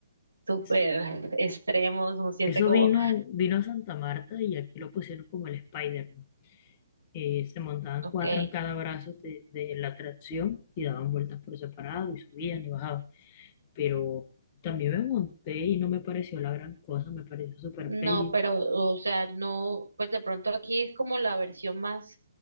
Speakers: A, on the right; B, on the left.
A: súper
B: Es-
A: extremo, uno siente
B: Eso
A: como,
B: vino, vino a Santa Marta y aquí lo pusieron como el Spider-Man. Eh, se montaban
A: ok,
B: cuatro en cada brazo de, de la atracción y daban vueltas por separado y subían y bajaban. pero también me monté y no me pareció la gran cosa, me pareció súper
A: No,
B: pelle.
A: pero, o sea, no, pues de pronto aquí es como la versión más,